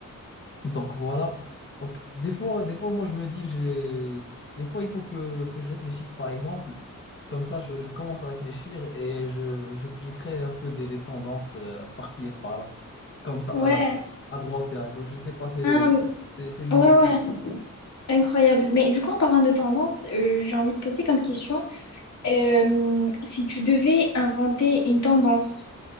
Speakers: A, on the left; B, on the left.
A: Donc, voilà. Donc, des fois, des fois, moi, je me dis, j'ai... Des fois, il faut que, que je réfléchisse, par exemple. Comme ça, je, je commence à réfléchir et je, je, je crée un peu des, des tendances euh, par-ci et par-là. Comme ça,
B: ouais.
A: à, à droite et à gauche. Je sais pas, c'est
B: Ah,
A: c'est- c'est une
B: ouais,
A: idée
B: ouais,
A: que j'ai.
B: incroyable. Mais du coup, en parlant de tendance, euh, j'ai envie de poser comme question, euh, si tu devais inventer une tendance,